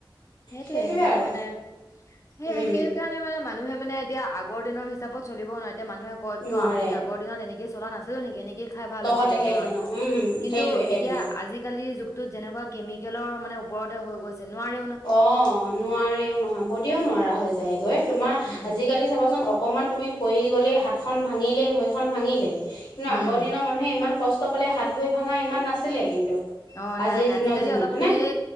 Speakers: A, on the left (about 35°); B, on the left (about 65°).
A: সেইটোয়ে
B: সেইটোৱে
A: সেইকাৰণে
B: আৰু
A: মানে সেই
B: উম
A: সেইটো কাৰণে মানে ম মানুহে মানে এতিয়া আগৰ দিনৰ হিচাপত চলিব নোৱাৰে। এতি মানুহে কিয়
B: নোৱাৰে
A: আমিগৰ দিনত এনেকেই চলা নাছিল নকে নকি <unintelligible> খাই ভাল
B: তহঁতেহে
A: হৈছিলে জ্বৰত
B: এতিয়া ন উম
A: কিন্তু
B: সেইটোৱে সেইটোৱে
A: এতিয়া আজিকালিৰ যুগটোত যেনেকুৱা কেমিকেলৰ মানে ওপৰতে হৈ গৈছে নোৱাৰে।
B: অ, নোৱাৰেও নহয়। বদিও নোৱাৰা হৈ যায়গৈ। তোমাৰ
A: উম
B: আজিকালি চাবাচোন অক অকণমান তুমি পৰি গ'লেই হাতখন ভাঙিলেই ভৰিখন ভাঙিলে কিন্তু
A: উম
B: আগৰ দিনৰ মানুহে ইমান কষ্ট ষ্ট পালে হাত ভৰি ভাঙা ইমান নাছিলে কিন্তু
A: অ
B: আজিৰ
A: নাই নাই
B: দিনত
A: আজিকালি
B: যিমান
A: অলপ
B: হয়নে
A: পৰিলে